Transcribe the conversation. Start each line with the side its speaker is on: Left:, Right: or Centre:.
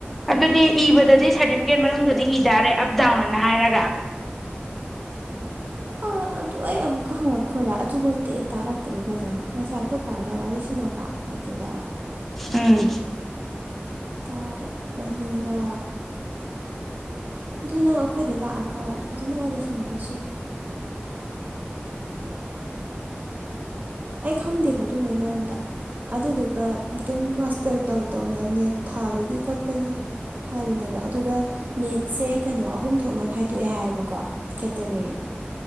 Centre: ꯑꯗꯨꯗꯤ ꯏꯕꯗꯗꯤ ꯁꯥꯔꯇꯤꯐꯤꯀꯦꯠ ꯃꯅꯨꯡꯗꯗꯤ ꯏꯗꯥꯔꯦ ꯑꯞ ꯗꯥꯎꯟ ꯑꯅ ꯍꯥꯏꯔꯒ
Right: ꯑꯥ ꯑꯗꯨ ꯑꯩ ꯑꯃꯨꯛꯀ ꯍꯪꯉꯛꯈꫭꯔꯥ ꯑꯗꯨꯃꯛꯇꯤ ꯑꯩ ꯇꯥꯔꯛꯇ꯭ꯔꯦ ꯐꯖꯅ ꯉꯁꯥꯏ ꯑꯩꯈꯣꯏ ꯄꯥꯒ ꯋꯥꯔꯤꯁꯥꯅꯕ ꯑꯗꯨꯗ
Centre: ꯎꯝ
Right: ꯇꯥꯔꯛꯄꯅꯤꯗ ꯑꯗꯨ ꯅꯪ ꯑꯩꯈꯣꯏꯗ ꯂꯥꯛꯑꯒ ꯐꯖꯅ ꯋꯥꯔꯤ ꯁꯥꯟꯅꯔꯁꯨ ꯌꯥꯏ ꯑꯩ ꯈꯪꯗꯦꯕ ꯑꯗꯨꯃꯥꯏ ꯃꯔꯝꯗ ꯑꯗꯨꯗꯨꯒ ꯑꯗꯨꯝ ꯃꯥꯁꯇꯔ ꯇꯧ ꯇꯧꯅ ꯅꯦꯠ ꯊꯥꯕꯒꯤ ꯈꯣꯠꯄꯒꯤ ꯍꯥꯏꯕꯅꯦꯕ ꯑꯗꯨꯒ ꯅꯦꯠꯁꯦ ꯀꯩꯅꯣ ꯑꯍꯨꯝ ꯊꯣꯛꯅ ꯈꯥꯏꯗꯣꯛꯑꯦ ꯍꯥꯏꯕꯀꯣ ꯀꯦꯇꯒꯣꯔꯤ